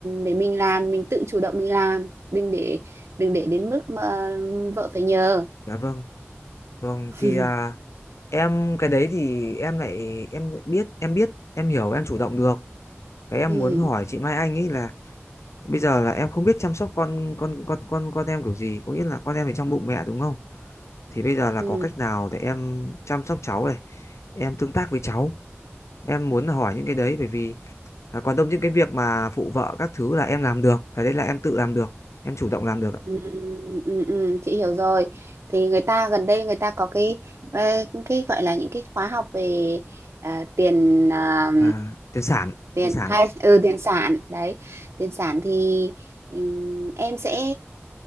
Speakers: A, on the right; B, on the left.
A: để mình làm mình tự chủ động mình làm đừng để đừng để đến mức mà vợ phải nhờ
B: dạ vâng, vâng
A: <laughs>
B: thì à, em cái đấy thì em lại em biết, em biết, em hiểu, em chủ động được. Cái em
A: ừ,
B: muốn hỏi chị Mai Anh ấy là bây giờ là em không biết chăm sóc con con con con con em kiểu gì, có nghĩa là con em thì trong bụng mẹ đúng không? Thì bây giờ là
A: ừ,
B: có cách nào để em chăm sóc cháu này, em tương tác với cháu. Em muốn là hỏi những cái đấy bởi vì à, còn đông những cái việc mà phụ vợ các thứ là em làm được, cái đấy là em tự làm được, em chủ động làm được ạ.
A: ừ, ừ, ừ, chị hiểu rồi thì người ta gần đây người ta có cái ờ, cái gọi là những cái khóa học về à, tiền à,
B: Và tiền sản,
A: tiền
B: tiền sản
A: thai
B: ạ.
A: ừ tiền sản đấy tiền sản thì ừm, em sẽ